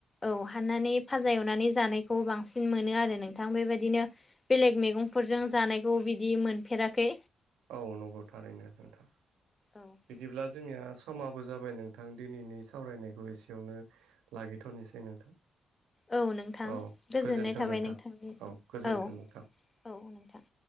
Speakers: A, on the left (about 30°); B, on the right (about 75°).
A: औ हाननानै फाजा एवनानै जानायखौ बांसिन मोनो आरो नोंथां बेबायदिनो बेलेग मैगंफोरजों जानायखौ बिदि मोनफेराखै
B: औ नंगौ थारैनो नोंथां।
A: औ
B: बिदिब्ला जोंनिया समाबो जाबाय नोंथां दिनैनि सावरायनायखौ एसेयावनो लागैथ'नोसै नोंथां।
A: औ नोंथां
B: औ
A: गोजोननाय
B: गोजोन्थों
A: थाबाय
B: नोंथां
A: नोंथांनिसिम
B: औ गोजोन्थों
A: औ औ
B: नोंथां
A: नोंथां।